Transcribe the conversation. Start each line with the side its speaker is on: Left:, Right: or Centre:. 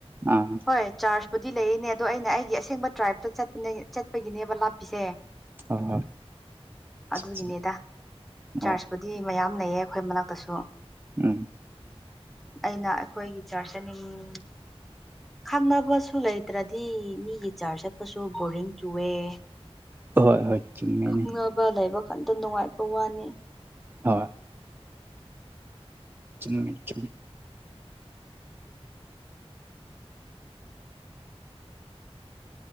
Right: ꯑꯥ
Centre: ꯍꯣꯏ ꯆꯥꯔꯖꯄꯨꯗꯤ ꯂꯩꯌꯦꯅꯦ ꯑꯗꯣ ꯑꯩꯅ ꯑꯩꯒꯤ ꯑꯁꯦꯡꯕ ꯇ꯭ꯔꯥꯏꯞꯇꯄ ꯆꯠꯄꯒꯤꯅꯦꯕ ꯂꯥꯞꯄꯤꯁꯦ
Right: ꯍꯣꯏ ꯍꯣꯏ
Centre: ꯑꯗꯨꯒꯤꯅꯦꯗ
Right: ꯑꯣ
Centre: ꯆꯥꯔꯖꯄ ꯗꯤ ꯃꯌꯥꯝ ꯂꯩꯌꯦ ꯑꯩꯈꯣꯏ ꯃꯅꯥꯛꯇꯁꯨ
Right: ꯎꯝ
Centre: ꯑꯩꯅ ꯑꯩꯈꯣꯏꯒꯤ ꯆꯥꯔ ꯆꯠꯅꯤꯡꯉꯤ ꯈꯪꯅꯕꯁꯨ ꯂꯩꯇ꯭ꯔꯗꯤ ꯃꯤꯒꯤ ꯆꯥꯔꯖ ꯆꯠꯄꯁꯨ ꯕꯣꯔꯤꯡ ꯆꯨꯑꯦ
Right: ꯍꯣꯏ ꯍꯣꯏ ꯆꯨꯝꯃꯦꯅꯦ
Centre: ꯈꯪꯅꯕ ꯂꯩꯕ ꯀꯥꯟꯗ ꯅꯨꯡꯉꯥꯏꯕ ꯋꯥꯅꯤ
Right: ꯍꯣꯏ ꯆꯨꯝꯃꯤ ꯆꯨꯝꯃꯤ